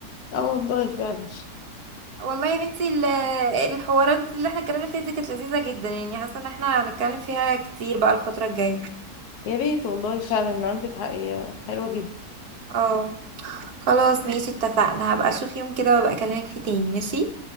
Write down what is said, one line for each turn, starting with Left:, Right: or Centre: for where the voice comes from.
Left: اه والله فعلا
Right: والله يا بنتي ال- الحوارات اللي احنا اتكلمنا فيها دي كانت لذيذه جدا يعني حاسه ان احنا هنتكلم فيها كتير بقى الفتره الجايه
Left: يا ريت والله فعلا عندك حق يا حلوة جدا
Right: اه خلاص ماشي اتفقنا هبقى اشوف يوم كده وابقى اكلمك فيه تاني ماشي